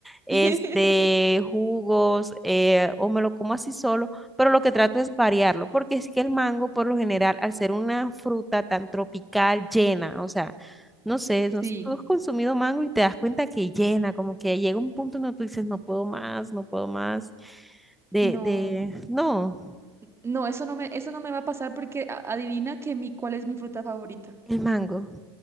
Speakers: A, in the centre; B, on the right.
A: este,
B: <laughs>
A: jugos, eh, o me lo como así solo, pero lo que trato es variarlo, porque es que el mango, por lo general, al ser una fruta tan tropical, llena, o sea, no sé, no
B: Sí.
A: sé, tú has consumido mango y te das cuenta que llena, como que llega un punto donde tú dices, no puedo más, no puedo más, de,
B: No.
A: de, no,
B: No, eso no me, eso no me va a pasar porque a- adivina que mi, cuál es mi fruta favorita.
A: el mango.